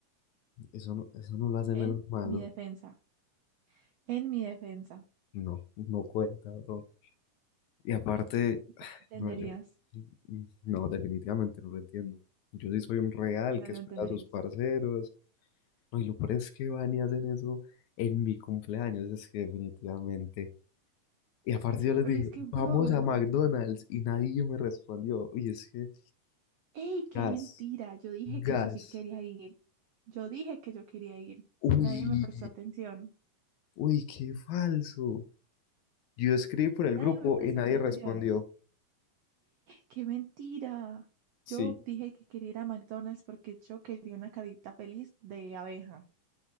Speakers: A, on the left; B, on the right.
A: Eso no, eso no lo hace
B: En
A: menos malo.
B: mi defensa, en mi defensa.
A: No, no cuenta, bro. Y aparte,
B: ¿Me
A: <sighs>
B: entenderías?
A: no, yo, mm, no, definitivamente no lo entiendo. Yo sí soy un real
B: No
A: que
B: lo
A: espera
B: entenderías.
A: a sus parceros. No, y lo peor es que van y hacen eso en mi cumpleaños, es que definitivamente. Y aparte yo les
B: Pero
A: dije,
B: es que, bro,
A: vamos a McDonald's y nadie me respondió. Uy, es que,
B: ¡ey, qué
A: gas.
B: mentira! Yo dije
A: Gas.
B: que yo sí quería ir. Yo dije que yo quería ir.
A: Uy,
B: Nadie me prestó atención.
A: uy, qué falso. Yo escribí por el
B: Nadie
A: grupo
B: me presta
A: y nadie
B: atención.
A: respondió.
B: ¡Qué mentira!
A: Sí,
B: Yo dije que quería ir a McDonald's porque yo quería una cajita feliz de abeja,